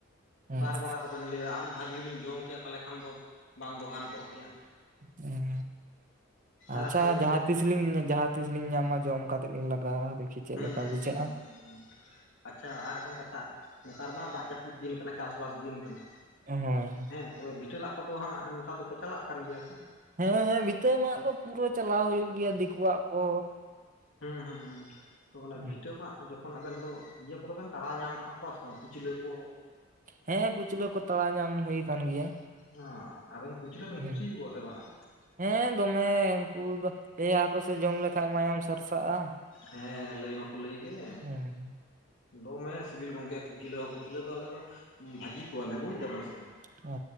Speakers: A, on the right; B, on the left.
A: ᱦᱮᱸ
B: ᱵᱟᱨ ᱵᱟᱨ ᱟᱨᱚ ᱵᱮᱱ ᱞᱟᱹᱭ-ᱟ ᱟᱨ ᱢᱤᱫ ᱫᱷᱟᱣ ᱡᱩᱫᱤ ᱞᱤᱧ ᱡᱚᱢ ᱠᱮᱭᱟ ᱛᱟᱦᱞᱮ ᱠᱷᱟᱱ ᱫᱚ ᱵᱟᱝ ᱫᱚᱞᱦᱟᱱ ᱠᱚᱜ ᱜᱮᱭᱟ᱾
A: ᱦᱩᱸ
B: ᱟᱨ
A: ᱟᱪᱪᱷᱟ
B: ᱜᱚᱝᱠᱮ
A: ᱡᱟᱦᱟ ᱛᱤᱥ ᱛᱤᱥ ᱞᱤᱧ ᱡᱟᱦᱟ ᱛᱤᱥ ᱞᱤᱧ ᱧᱟᱢᱟ ᱡᱚᱢ ᱠᱟᱛᱮᱫ ᱞᱤᱧ ᱞᱟᱜᱟᱣᱟ ᱫᱮᱠᱷᱤ ᱪᱮᱫ
B: ᱦᱩᱸ
A: ᱞᱮᱠᱟ
B: ᱦᱩᱸ
A: ᱵᱩᱡᱷᱟᱹᱜ-ᱟ᱾
B: ᱦᱩᱸ ᱦᱩᱸ ᱟᱪᱪᱷᱟ ᱟᱨ ᱢᱤᱫᱴᱟᱝ ᱠᱟᱛᱷᱟ ᱱᱮᱛᱟᱨ ᱢᱟ ᱫᱟᱜ ᱡᱟᱹᱯᱩᱫ ᱫᱤᱱ ᱠᱟᱱᱟ ᱪᱟᱥ ᱵᱟᱥ ᱫᱤᱱ ᱠᱟᱱᱟ
A: ᱦᱳᱭ᱾
B: ᱦᱮᱸ ᱛᱚᱵᱮ ᱵᱷᱤᱴᱟᱹ ᱞᱟᱜ ᱠᱚᱫᱚ ᱦᱟᱸᱜ ᱱᱮᱛᱟᱨ ᱫᱚᱯᱮ ᱪᱟᱞᱟᱜ ᱠᱟᱱ ᱜᱮᱭᱟ ᱥᱮ?
A: ᱦᱮᱸ, ᱦᱮᱸ ᱵᱤᱛᱟᱹ ᱢᱟᱜ ᱫᱚ ᱯᱩᱨᱟᱹ ᱪᱟᱞᱟᱣ ᱦᱩᱭᱩᱜ ᱜᱮᱭᱟ ᱫᱤᱠᱩᱣᱟᱜ ᱠᱚ
B: ᱦᱩᱸ ᱦᱩᱸ ᱦᱩᱸ ᱛᱚ ᱚᱱᱟ
A: ᱦᱩᱸ
B: ᱵᱷᱤᱴᱟᱹ ᱢᱟᱜ ᱡᱚᱠᱷᱚᱱ ᱟᱵᱮᱱ ᱫᱚ ᱤᱭᱟᱹ ᱠᱚᱫᱚ ᱵᱮᱱ ᱛᱟᱲᱟᱣ ᱧᱟᱢ ᱠᱟᱫ ᱠᱚᱣᱟ ᱥᱮ ᱵᱟᱝ ᱠᱩᱪᱞᱟᱹ ᱠᱚ?
A: ᱦᱮᱸ ᱠᱩᱪᱞᱟᱹ ᱠᱚ ᱛᱟᱲᱟᱣ ᱧᱟᱢ ᱦᱩᱭ ᱠᱟᱱ ᱜᱮᱭᱟ᱾
B: ᱦᱚᱸ ᱟᱵᱮᱱ ᱠᱩᱪᱞᱟᱹ ᱵᱮᱱ
A: ᱦᱩᱸ
B: ᱠᱩᱥᱤ ᱟᱠᱚᱣᱟ ᱥᱮ ᱵᱟᱝ?
A: ᱦᱮᱸ ᱫᱚᱢᱮ ᱩᱱᱠᱩ ᱫᱚ ᱞᱟᱹᱭ ᱟᱠᱚ ᱥᱮ ᱡᱚᱢ ᱞᱮᱠᱷᱟᱡ ᱢᱟᱭᱟᱢ ᱥᱟᱨᱥᱟᱜ-ᱟ᱾
B: ᱦᱮᱸ ᱞᱟᱹᱭ ᱢᱟᱠᱚ ᱞᱟᱹᱭ ᱜᱮ᱾
A: ᱦᱮᱸ
B: ᱫᱚᱢᱮ ᱥᱤᱵᱤᱞ ᱜᱚᱝᱠᱮ ᱠᱩᱪᱞᱟᱹ ᱦᱚᱸ ᱠᱩᱪᱞᱟᱹ ᱫᱚ ᱟᱞᱮ ᱫᱚ ᱵᱷᱟᱹᱡᱤ ᱠᱚᱣᱟ ᱞᱮ ᱵᱩᱡᱫᱟ ᱵᱮᱱ ᱥᱮ?
A: ᱚ᱾